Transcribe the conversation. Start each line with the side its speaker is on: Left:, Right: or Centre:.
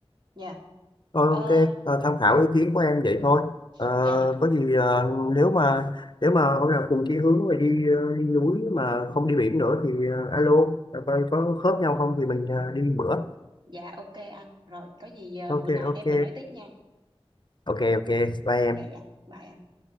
Right: dạ
Left: Ờ,
Right: ờ
Left: ok ờ, tham khảo ý kiến của em vậy thôi Ờ,
Right: dạ
Left: có gì ờ, nếu mà nếu mà hôm nào cùng chí hướng mà đi ờ, đi núi mà không đi biển nữa thì ờ, alo coi có khớp nhau không thì mình ờ, đi bữa
Right: dạ ok anh rồi có gì ờ,
Left: ok
Right: bữa nào anh
Left: ok
Right: em mình nói tiếp nha
Left: ok ok bye
Right: dạ
Left: em
Right: dạ bye anh